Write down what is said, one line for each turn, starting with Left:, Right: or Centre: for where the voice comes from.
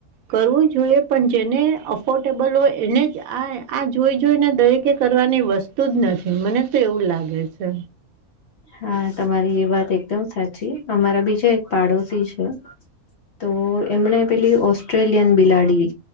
Right: કરવું જોઈએ પણ જેને અફ ફોર્ટેબલ હોય એને જ આ આ જોઈ જોઈને દરેકે કરવાની વસ્તુ જ ન મને તો એવું લાગે છે.
Left: હા તમારી એ વાત એકદમ સાચી અમારા બીજા એક પાડોશી છે. તો એમણે પેલી ઓસ્ટ્રેલિયન બિલાડી,